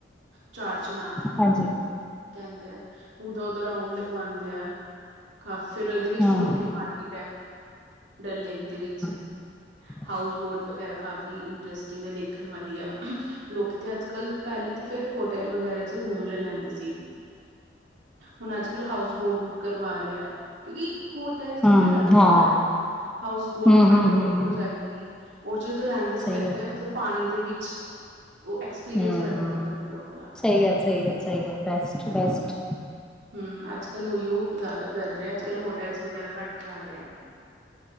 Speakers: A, on the right; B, in the centre.
A: ਚਾਰ ਚਿਨਾਰ
B: ਹਾਂਜੀ,
A: ਕਹਿੰਦੇ ਆ ਪੂਦਾ ਉਹਦਾ ਰਾਊਂਡ ਲਗਵਾਦੇ ਆ। ਫਿਰ ਇਹਦੇ ਵਿੱਚ
B: ਹਾਂ
A: ਫਲੋਟਿੰਗ ਮਾਰਕੀਟ ਐ ਡਲ ਲੇਕ ਦੇ ਵਿੱਚ
B: <inaudible>
A: ਹਾਊਸ ਬੋਟ ਵਗੈਰਾ ਕਾਫੀ ਇੰਟਰਸਟਿੰਗ ਐ ਦੇਖਣ ਵਾਲੀ ਐ। ਲੋਕੀ ਤੇ ਅੱਜ-ਕੱਲ ਪਹਿਲੇ ਤੇ ਫੇਰ ਹੋਟਲ ਵਗੈਰਾ ਚ ਰੂਮ ਲੈ ਲੈਂਦੇ ਸੀ। <inaudible> ਹੁਣ ਅੱਜ-ਕਲ ਹਾਊਸ ਬੋਟ ਬੁੱਕ ਕਰਵਾ ਰਿਆ ਕਿਉਂਕਿ ਹੋ ਹੋਟਲ 'ਚ
B: ਹਮ
A: ਤੇ ਹਰ ਕੋਈ
B: ਹਾਂ
A: ਰਹਿ ਰਿਆ ਐ ਹਾਊਸ ਬੋਟ
B: ਹਮ
A: ਥੋੜੀ
B: ਹਮ
A: ਅਲਗ
B: ਹਮ
A: ਹੋ
B: ਹਮ
A: ਜਾਏਗੀ। ਉਹ 'ਚ ਜਦੋ ਰਹਿਦੇ ਸੀ
B: ਸਹੀ
A: ਲੱਗਦੇ
B: ਗੱਲ
A: ਮਤਲਬ ਪਾਣੀ ਦੇ ਵਿਚ ਉਹ ਐਕਸਪੀਰੀਅੰਸ
B: ਹਮ
A: ਬੜਾ ਵਧੀਆ ਹੁੰਦਾ ਉਹ ਵਾਲਾ
B: ਸਹੀ ਐ ਸਹੀ ਐ ਬੈਸਟ-ਬੈਸਟ
A: ਹੂੰ ਅੱਜ-ਕੱਲ੍ਹ ਉਹੀਓ ਜਿਆਦਾ ਕਰ ਰਿਹਾ ਅੱਜ-ਕੱਲ੍ਹ ਹੋਟਲ ਵਗੈਰਾ ਘੱਟ ਜਾ ਰਿਆ।